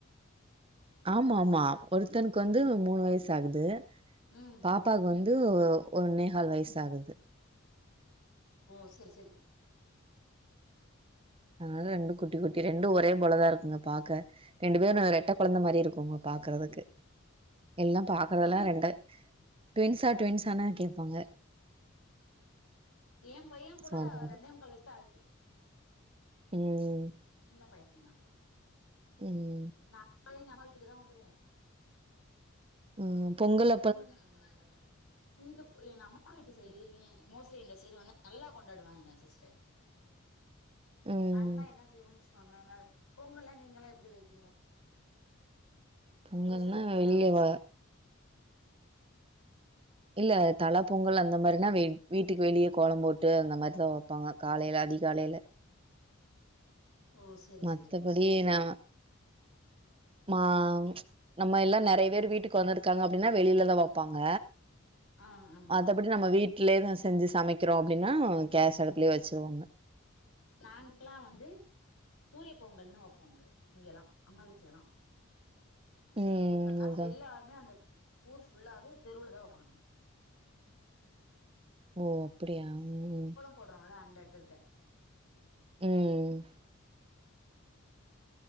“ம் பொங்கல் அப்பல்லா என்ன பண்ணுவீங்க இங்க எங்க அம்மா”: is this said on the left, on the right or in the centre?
Left